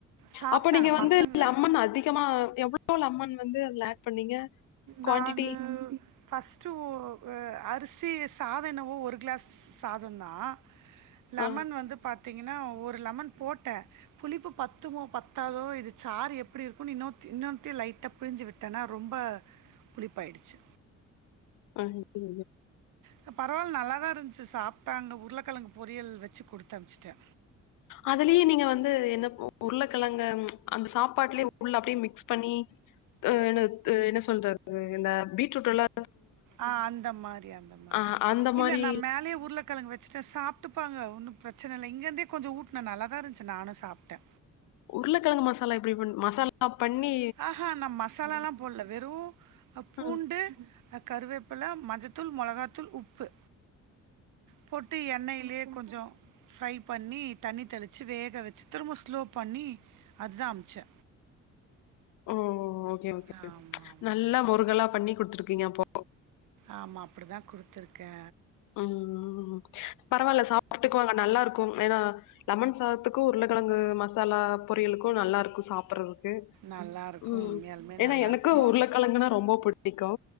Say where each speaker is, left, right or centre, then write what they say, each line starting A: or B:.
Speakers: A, on the right; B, on the left.
A: சாப்ட்டாங்க
B: அப்போ நீங்க வந்து
A: பசங்க
B: லெமன் அதிகமா எவ் ளோ லெமன் வந்து அதுல அட் பண்ணீங்க
A: நானு
B: குவான்டிட்டி
A: ஃபர்ஸ்ட் ஒ வ அரிசி ஸ் சாதோ என்னவோ ஒரு கிளாஸ் சாதோ தா லெமன்
B: ஆ
A: வந்து பத் திங்கன்னா ஒரு லெமன் போட்ட புளிப்பு பத்துமோ பத்தாதோ இது சாரு எப்டி இருக்குனு இன்னொ இன்னொத்தியு லைட்டா புளிஞ்சி விட்டனா ரொம்ப புளிப்பாயிடுச்சி
B: ஹாய் எப்டி
A: க பரவால் நல்லாதா இருந்ச்சி சாப்ட்டாங் நா உருளக்கெழங்கு பொரியல் வெச்சு குடுத்தம்ச்சிட்டே
B: அதுலயே நீங்க வந்து என்ன ஓ உருளக்கெழங்க ம் அந்த சாப்பாட்லே உள்ள அப்டியே மிக்ஸ் பண்ணி அ என்ன து என்ன சொல்றது இந்த பீட்ரூட் எல்லா
A: ஆ அந்த மாரி அந்த மாரி
B: ஆ அந்த
A: இல்ல
B: மாரி
A: நா மேலயே உருளக்கெழங் வெச் சிட்டே சாப்ட்டுப்பாங்க ஒன்னு பிரச்சன இல்ல இங்கிர்ந்தே கொஞ்சோ ஊட்னே நல்லதா இருந்ச்சி நானு சாப்ட்டே
B: உருளக்கெழங்க மசாலா எப்டி பண் மசா லா பண்ணி
A: ஆ ஹா நா மசாலால்லா போட்ல வெறு பூண்டு
B: ஆ
A: கருவேப்பல மஞ்சத்தூள் மொளகாத்தூள் உப்பு போட்டு எண்ணெயிலே கொஞ்சோ ஃப்ரை பண்ணி தண்ணி தெளிச்சி வேக வெச்சு திரும்ப ஸ்லோ பண்ணி அது தா அம்சே
B: ம் ஓகே ஓகே
A: ஆமாம்
B: ஸ்
A: ஆமாம்
B: நல்லா
A: ஆமாம்
B: முருகலா பண்ணி குடுத்துருக்கீங்க அப்போ
A: ஆமா அப்டி தா குடுத்துருக்கே
B: ம் பரவால்ல சாப்ட்டுக்குவாங்க நல்லாருக்கும் ஏனா லெமன் சாதத்துக்கு உருளக்கெழங்கு மசாலா பொரியலுக்கு நல்லாருக்கு சாப்பட்றதுக்கு
A: நல்லாயிருக்கும்
B: ம்
A: உண்மையாலுமே
B: ஏனா
A: நல்லாயிருக்கும்
B: எனக்கு உருளக்கெழங்குனா ரொம்ப புடிக்கு